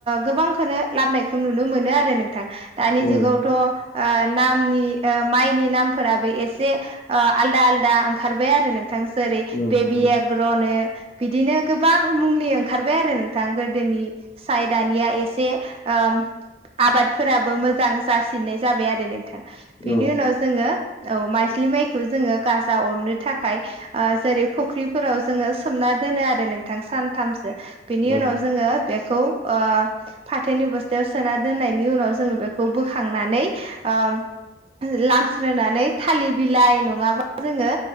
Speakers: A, on the right; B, on the left.
A: गोबांखौनो लाबनायखौ नुनो मोनो आरो नोंथां दानि
B: उम
A: जुगावथ' ओ नामनि औ माइनि नामफोराबो एसे आलदा आलदा ओंखारबाय आरो नोंथां। थांसओै
B: उम
A: बेबि
B: उम
A: एग्र'नो बिदिनो गोबां मुंनि ओंखारबाय आरो नोंथां गोदोनि साय दानिया एसे ओम आबादफोराबो मोजां जासिननाय जाबाय आरो नोंथां बेनि
B: औ
A: उनाव जोङो औ माइज्लि माइखौ जोङो गाजा अरनो थाखाय ओ जेरै फुख्रिफोराव जोङो सोमना दोनो आरो नोंथां सानथामसो बिनि
B: औ
A: उनाव जोङो खौ ओ फाथोनि बस्थायाव सोना दोननायनि उनाव जोङो बेखौ बोखांनानै ओम लामस्रोनानै थालिर बिलाइ नङाबा जोङो